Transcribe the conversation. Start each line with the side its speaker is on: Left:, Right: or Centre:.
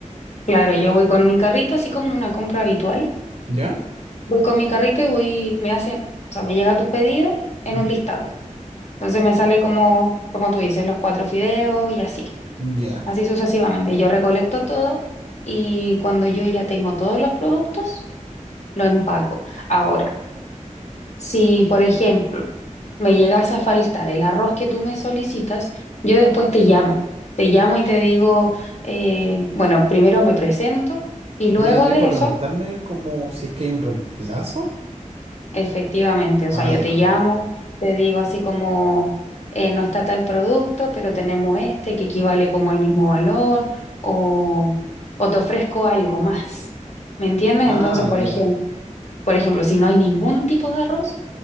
Left: claro, yo voy con mi carrito, así como una compra habitual.
Right: ¿ya?
Left: Voy con mi carrito y voy, me hacen, o sea, me llega tu pedido en
Right: Ujú.
Left: un listado. Entonces me sale como, como tú dices, los cuatro fideos y así.
Right: Ya.
Left: Así sucesivamente. Yo recolecto todo y cuando yo ya tengo todos los productos, lo empaco. Ahora, si por ejemplo me llegas a faltar el arroz que tú me solicitas, yo después te llamo. Te llamo y te digo, eh, bueno, primero me presento y luego
Right: ¿Tú me llamáis
Left: de
Right: para
Left: eso
Right: preguntarme como si es que hay un reemplazo?
Left: Efectivamente, o
Right: Ah,
Left: sea, yo
Right: ya,
Left: te llamo,
Right: bueno.
Left: te digo así como eh, no está tal producto, pero tenemos este que equivale como al mismo valor o, o te ofrezco algo más. ¿Me entiendes?
Right: Ah,
Left: Entonces, por
Right: ya.
Left: ejemplo, por ejemplo, si no hay ningún tipo de arroz,